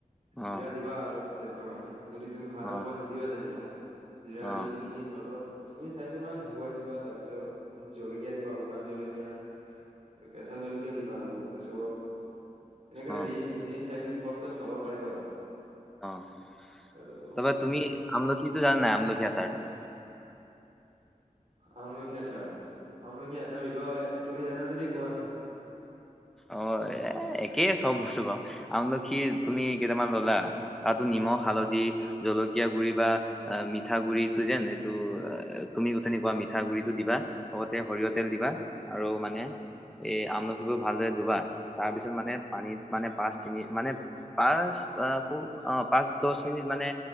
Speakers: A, in the centre; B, on the right (about 55°).
A: অ
B: জিৰা দিবা আৰু টেষ্টৰ কাৰণে। যদি তুমি ভাল
A: অ
B: নোপোৱা নিদিবা তেতিয়া। জিৰা
A: অ
B: দি পিনি ৰ'দত তিনি-চাৰিদিন মান শুকুৱাই দিবা, তাৰ পিছত জলকীয়া দিবা শুকান জলকীয়া। কেঁচা জলকীয়া দিবা আৰু তাৰ পিছত এনেকাে
A: অ
B: দি তিনদিন-চাৰিদিন খোৱা পিছত খাব পাৰিবা আৰু।
A: অ'তাৰপৰা
B: আৰু
A: তুমি আমলখি জানা নাই, আমলখি আচাৰটো?
B: আমলখি আচাৰ আমলখি আচাৰ বিষয়ে তুমি জানা যদি কোৱাচোন?
A: অ' এ একেই চব বস্তু বাৰু আমলখি তুমি কেইটামান ললা তাতো নিমখ-হালধি জলকীয়া গুৰি বা মিঠা গুৰিটো যেন এইটো তুমি তেনেকুৱা মিঠাগ গুৰি দিবা লগতে সৰিয়হ তেল দিবা, আৰু মানে এ আমলখি বোৰ। ভালদৰে ধুবা, তাৰ
B: অ
A: পিছত মানে পানীত মানে পাঁচ তিনি, মানে পাঁচ অ খুব অ পাঁচ দহ মিনিট মানে